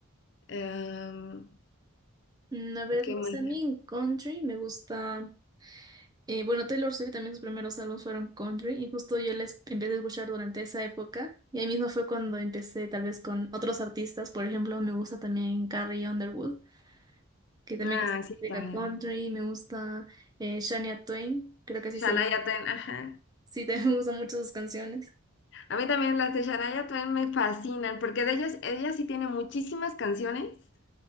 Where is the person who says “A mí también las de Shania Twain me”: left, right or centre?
Left